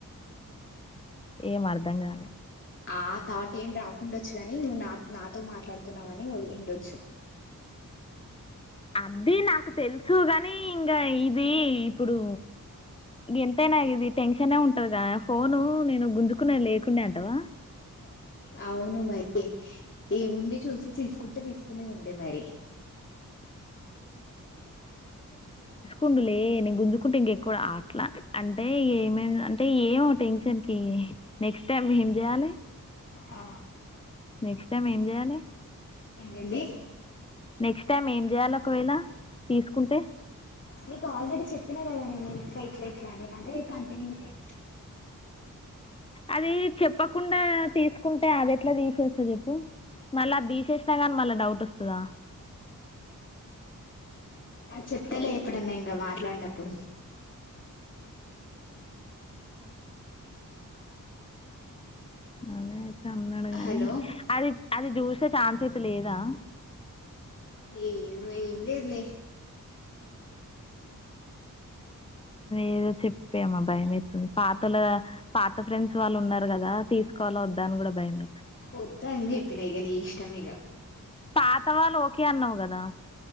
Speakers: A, on the left; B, on the left.
A: ఏమర్ధం కాలె
B: ఆ తాట్ ఏం రాకుండొచ్చుగాని నువ్వు నా నాతో మాట్లాడుతున్నావు అని ఉండొచ్చు <inaudible>
A: అదీ నాకు తెలుసు గాని ఇంక ఇదీ ఇప్పుడు గెంతైనా ఇది టెన్షనే ఉంటది గా ఫోను నేను గుంజుకునే లేకుండె అంటవా
B: అ అవును మరి ఏముంది చూసి తీసుకుంటే తీసుకునేది ఉండే మరి <inaudible>
A: ఉండులే నేను గుంజుకుంటే ఇంకెక్కువ అట్లా అంటే ఏమైంది అంటే ఏమో టెన్షన్కి నెక్స్ట్ టైమ్ ఏంజెయాలె
B: ఆ
A: నెక్స్ట్ టైం ఏం జెయాలె
B: ఏంది
A: నెక్స్ట్ టైం ఏం జెయ్యాలి ఒకవేళ తీసుకుంటే
B: నీకు ఆల్రెడీ చెప్పినా కదా నేను ఇట్లా ఇట్ల ఇట్లా అని అదే కంటిన్యూ చేయ్
A: అది చెప్పకుండా తీసుకుంటే అది ఎట్లా తీసేస్తా చెప్పు మళ్ళ అది తీసేసినా గాని మళ్ళా డౌట్ వస్తదా
B: ఆ చెప్తాలే ఎప్పుడన్నా ఇంకా మాట్లాడినప్పుడు
A: అన్నయ్య ఐతే ఉన్నాడు గానీ
B: హలో
A: అది అది జూసొ ఛాన్స్ అయితే లేదా
B: ఏమే ఏం లేదులే
A: ఏదో చెప్పే అమా భయమయితీతుంది పాతల పాత ఫ్రెండ్స్ వాళ్ళు ఉన్నారు కదా సుకోవాల వద్దా అని కూడా భయమే
B: వద్దు అని చెప్పినా ఇక నీ ఇష్టం ఇక
A: పాతవాళ్ళ ఓకే అన్నావు కదా